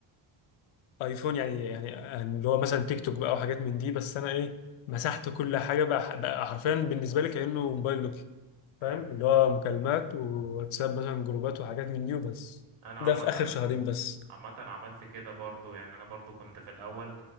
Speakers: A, on the left; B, on the right.
A: ايفون يعني يعني اللي هو مثلا تيك توك بقى وحاجات من دي بس انا ايه مسحت كل حاجة بقى, بقى حرفيا بالنسبة لي كأنه موبايل نوكيا فاهم
B: مم.
A: اللي هو مكالمات وواتساب مثلا جروبات وحاجات من دي وبس
B: انا عامه
A: ده في آخر شهرين بس
B: عامه عملت كده برضو يعني انا برضو كنت في الاول